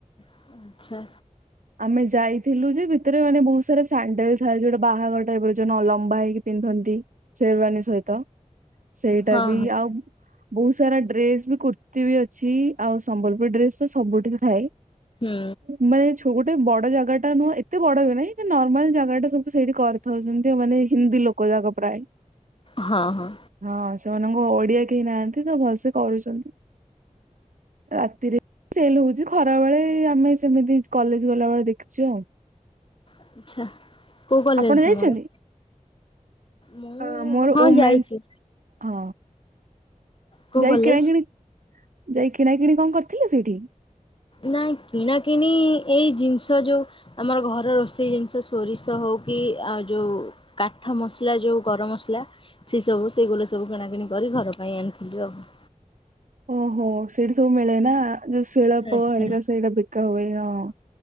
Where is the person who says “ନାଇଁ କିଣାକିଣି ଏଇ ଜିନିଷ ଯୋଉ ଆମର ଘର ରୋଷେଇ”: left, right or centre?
Left